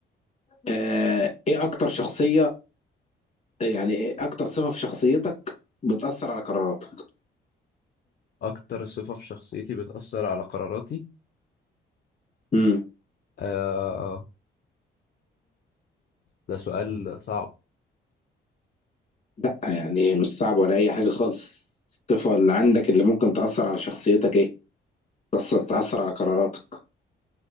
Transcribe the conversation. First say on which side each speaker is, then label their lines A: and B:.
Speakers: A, on the left; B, on the left.
A: آه ايه اكتر شخصية يعني إيه اكتر صفة في شخصيتك بتأثر على قراراتك
B: أكتر صفة في شخصيتي بتأثر على قراراتي
A: امم
B: آه ده سؤال صعب
A: لا يعني مش صعب ولا اي حاجة خالص الصفة اللي عندك اللي ممكن تأثر على شخصيتك ايه تأثر تأثر على قراراتك